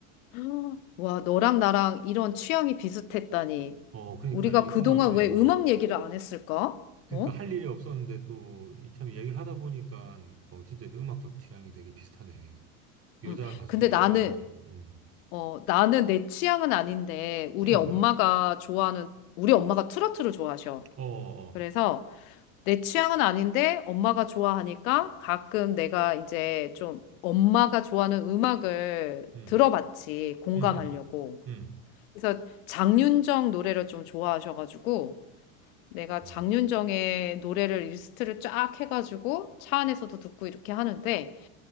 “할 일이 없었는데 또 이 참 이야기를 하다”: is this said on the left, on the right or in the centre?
Right